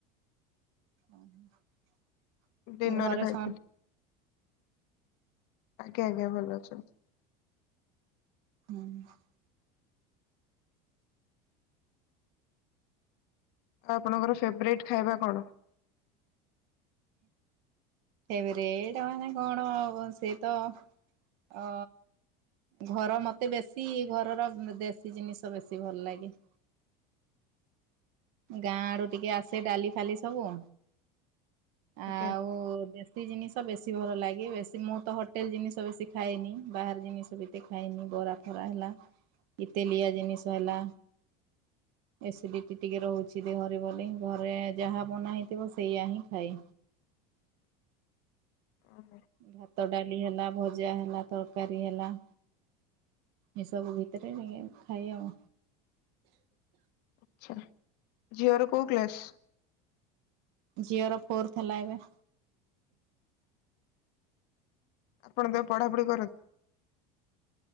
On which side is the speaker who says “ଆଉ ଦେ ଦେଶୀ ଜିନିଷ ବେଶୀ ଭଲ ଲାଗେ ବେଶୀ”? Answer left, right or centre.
Right